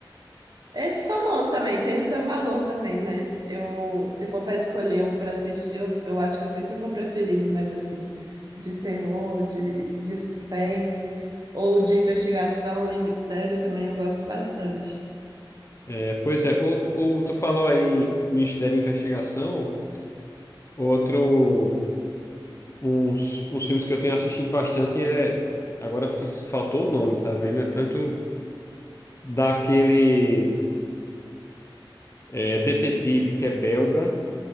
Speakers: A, on the right; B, on the left.
A: Esses são bons também, tem o seu valor também, mas eu, se for para escolher um para assistir, eu, eu acho que eu sempre vou preferir um mais assim, de terror, de, de suspense, ou de investigação e mistério também eu gosto bastante.
B: É, pois é, ou, ou tu falou aí Mistério e Investigação, outro Uns, uns filmes que eu tenho assistido bastante é. Agora isso, faltou o nome, tá vendo? É tanto daquele é, detetive que é belga,